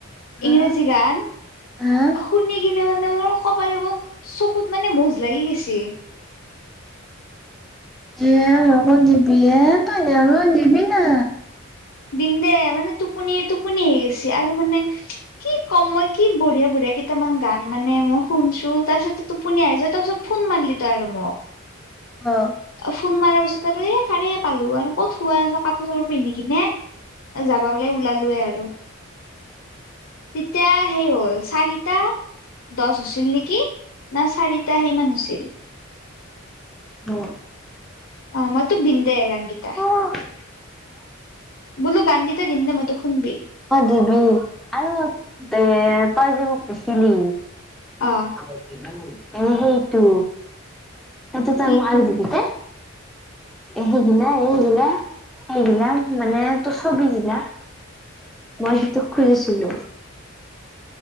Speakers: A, in the centre; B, on the left (about 70°).
A: হা
B: ইংৰাজী গান
A: হা
B: শুনি কিনে মানে মোৰ কবাগে মোক। চকুত মানে মজ লাগি গৈছে।
A: এ আকৌ দিবি এ তই নিবি না।
B: দিম দে মানে টোপনি টোপনি আহি গৈছে আৰু মানে কি কম মই কি বঢ়িয়া বঢিয়া কেই। প্ৰথম গান মানে মই শুনছো। তাৰপিছত টোপনি আহি য তাৰপিছত ফোন মাৰলি তো আৰু মোক।
A: অ
B: ফোন মাৰাৰ পিছত আৰু এই শাৰে পালো আৰু ক'ত শুৱা আছে কাপোৰ চাপোৰ পিন্ধি কিনে যাব গলে ওলালোয়ে আৰু। তেতিয়া সেই হ'ল চাৰিটা। দহ হৈছিল। নেকি না চাৰিটা সেইমান হৈছিল।
A: উম।
B: অ মইতোক দিমদে গানকেইটা।
A: হা
B: বোল গানকেইটা দিম দে মই তো শুনবি।
A: অ দিবি আৰু এ তই যিবোৰ কৈছিলি।
B: অ
A: এ সেইটো সেইটো তইোটো
B: কিটো
A: আনি দিবি দে। এ সেইগিলা এই সেইগিলা সেইগিলা মানে তোৰ ছবি গিলা। মই হেতুক খুজিছিলো।